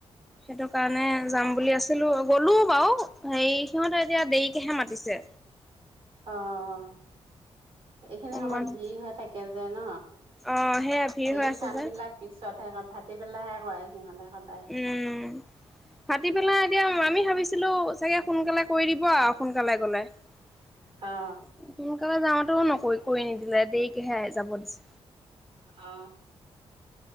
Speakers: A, in the centre; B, on the right.
A: সেইটো কাৰণে যাম বুলি আছিলো, গ'লো বাৰু হেৰি সিহঁতে এতিয়া দেৰিকেহে মাতিছে।
B: অ অ এইখিনি সময়ত
A: মানুহ
B: ভিৰ হৈ থাকে যে ন,
A: অ' সেয়া ভিৰ
B: সেই
A: হৈ আছে
B: কামবিলাক
A: যে
B: পিছতহে ভাটি বেলাহে হয় সিহঁতে সদায়
A: উম, ফাটি পেলাই এতিয়া আমি ভাবিছো ছিলো চাগে সোনকালে কৰি দিব আৰু, সোনকালে গলে। সোনকালে
B: অ
A: যাওঁতো নকৰি কৰি নিদিলে দেই কিহেৰে যাব দিছে।
B: অ